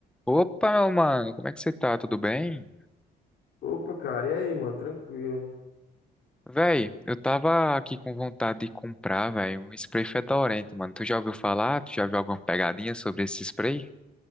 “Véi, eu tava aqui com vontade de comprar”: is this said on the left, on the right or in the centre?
Centre